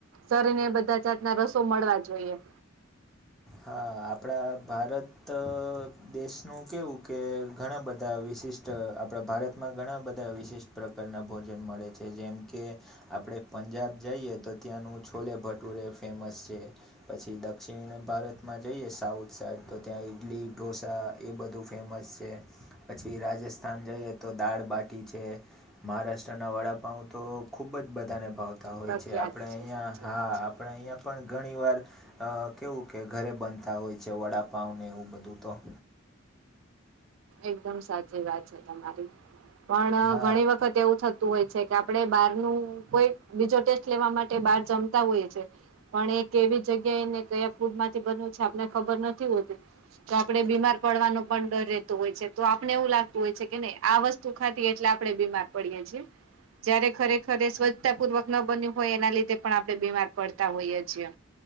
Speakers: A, on the right (about 80°); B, in the centre.
A: શરીરને બધા જાતના રસો મળવા જોઈએ
B: હા આપડા ભારત દેશનું કેવું કે બધા વિશિષ્ટ ટ આપડા ભારતમાં ઘણા બધા વિશિષ્ટ પ્રકારના ભોજન મળે છે જેમ કે આપડે પંજાબ જઈએ તો ત્યાંનું છોલે ભટુરે ફેમસ છે પછી દક્ષિણ ભારત માં જઈએ સાઉથ સાઈડ તો ત્યાં ઈડલી ઢોસા એ બધું ફેમસ છે પછી રાજસ્થાન જઈએ તો દાળ બાટી છે મહારાષ્ટ્રના વડાપાઉ તો ખૂબ જ બધાને ફાવતા હોય
A: પ્રખ્યાત
B: છે આપણે અહીંયા
A: છે સાચી
B: હા
A: વાત છે
B: આપણે અહીંયા પણ ઘણીવાર કેવું કે ઘરે બનતા હોય છે વડાપાવને એવું બધું તો
A: એકદમ સાચી વાત છે તમારી પણ
B: હા
A: ઘણી વખત એવું થ હોય છે કે આપડે બાર નું કોઈ બીજો ટેસ્ટ લેવા માટે બાર જમતા હોઈએ છે પણ એ કેવી જગ્યા એને કયા ફૂડ માંથી બનવું છે આપને ખબર નથી હોતી તો આપડે બીમાર પડવાનો પણ ડર રહે તો આપણે એવું લાગતું હોય છે કે નહી આ વસ્તુ ખાધી એટલે આપડે બીમાર પડીએ છીએ જયારે ખરેખર એ સ્વચ્છતાપૂર્વક ન બન્યું હોય એના લીધે પણ આપડે બીમાર પડતા હોઈએ છીએ